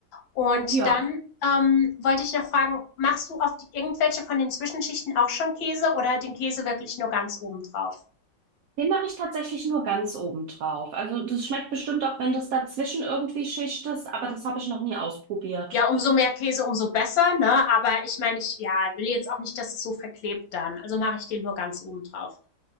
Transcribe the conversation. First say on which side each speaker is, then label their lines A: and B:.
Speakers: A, on the left; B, on the right.
A: Und
B: ja,
A: dann ähm, wollte ich noch fragen, machst du auf die, irgendwelche von den Zwischenschichten auch schon Käse oder den Käse wirklich nur ganz oben drauf?
B: den mache ich tatsächlich nur ganz oben drauf. Also das schmeckt bestimmt auch, wenn das dazwischen irgendwie Schicht ist, aber das habe ich noch nie ausprobiert.
A: Ja, umso mehr Käse, umso besser, ne? Aber ich meine, ich ja, will jetzt auch nicht, dass es so verklebt dann. Also mache ich den nur ganz oben drauf.